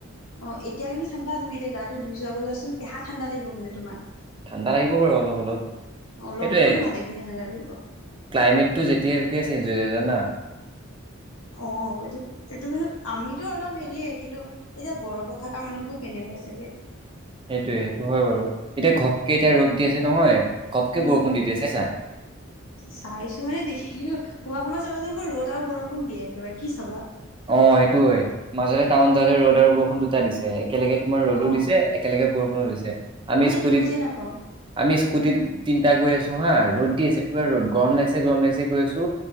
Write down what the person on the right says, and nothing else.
ঠাণ্ডা লাগিব বাৰু অলপ অলপ সেইটোৱে
ক্লাইমেটটো যেতিয়া তেতিয়া চেঞ্জ। <unintelligible>
সেইটোয়ে সেইটো হয় বাৰু এতিয়া ঘপকে এতিয়া ৰ'দ দি আছে নহয় ঘপকে
বৰষুণ দি দিয়ে চাইছা।
অ সেইটো হয় মাজতে টাউন যাওঁতে ৰ'দ আৰু বৰষুণ দুটা দিছে। একেলগে তোমাৰ ৰ'দো
দিছে একেলগে বৰষুণো দিছে আমি
স্কুটিত
আমি স্কুটিত তিনিটা গৈ আছো অহা ৰ'দ দি আছে পুৰা ৰ'দ গৰম লাগিছে গৰম লাগিছে গৈ আছো